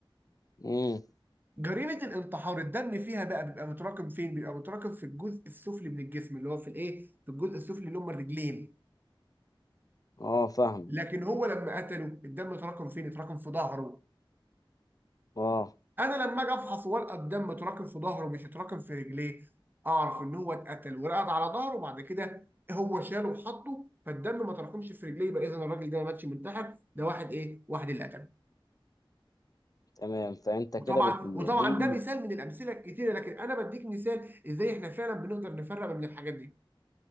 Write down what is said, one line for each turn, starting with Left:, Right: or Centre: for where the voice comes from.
Left: امم
Right: جريمه الانتحار الدم فيها بقى بيبقى متراكم فين؟ بيبقى متراكم في الجزء السفلي من الجسم اللي هو في الايه؟ في الجزء السفلي اللي هم الرجلين
Left: اه فاهم
Right: لكن هو لما قتله الدم اتراكم فين؟ اتراكم في ظهره
Left: اه
Right: انا لما اجي افحص ورقه الدم اتراكم في ظهره مش اتراكم في رجليه اعرف ان هو اتقتل ورقد على ظهره وبعد كده هو شاله وحطه فالدم ما تراكمش في رجليه يبقى اذا الراجل ده ما ماتش منتحر ده واحد ايه واحد اللي قتله
Left: تمام فانت
Right: وطبعا
Left: كده بت...
Right: وطبعا
Left: دي
Right: ده مثال من الامثله الكتيره لكن انا بديك مثال ازاي احنا فعلا بنقدر نفرق بين الحاجات دي